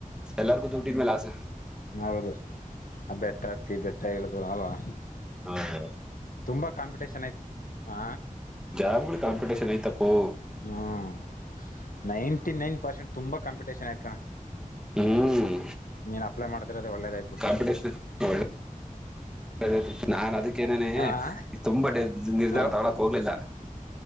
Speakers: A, in the centre; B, on the left.
A: ಎಲ್ಲಾರ್ಗೂ ದುಡ್ಡಿದ ಮೇಲೆ ಆಸೆ
B: ನೌದು ಆ ಬೆಟ್ಟ ಹತ್ತಿ ಬೆಟ್ಟ ಇಳ್ದ ಅಲ್ವಾ
A: ಹ ಹ
B: ತುಂಬ ಕಾಂಪಿಟೇಷನ್ ಐತೆ ಹ
A: ಜಾಬ್ಗಳು ಕಾಂಪಿಟೇಷನ್ ಐ್ತಪ್ಪು
B: ಹ್ಮ್ ನೈಂಟಿ ನೈನ್ ಪರ್ಸೆಂಟ್ ತುಂಬಾ ಕಾಂಪಿಟೇಷನ್ ಆಯ್ತ ಕಣ
A: ಹ್ಮ್
B: ನೀನ್ ಅಪ್ಲೈ ಮಾಡ್ತರ ಅದು ಒಳ್ಳೇದಾಯ್ತು ಬಿಡು
A: ಕಾಂಪಿಟೇಷನ್ ಒಳ್ಳ ಅ ನಾನ್ ಅದಕ್ಕೇಏನನೆ
B: ಹಾಂ
A: ತುಂಬಾರ್ ನಿರ್ಧಾರ
B: ಹ್ಞೂ
A: ತಗೊಳ್ಳಕ್ ಹೋಗ್ಲಿಲ್ಲ